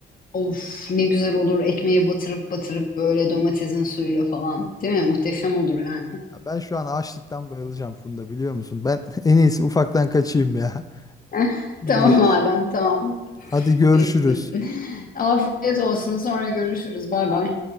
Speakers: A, on the left; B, on the left.
A: Of ne güzel olur ekmeğe batırıp batırıp böyle domatesin suyuyla falan. Değil mi? Muhteşem olur yani.
B: Ya ben şu an açlıktan bayılacağım Funda biliyor musun? Ben <laughs> en iyisi ufaktan kaçayım ya.
A: <laughs>
B: Bir
A: Tamam Adem tamam.
B: hadi görüşürüz.
A: <laughs> Afiyet olsun sonra görüşürüz. Bay bay.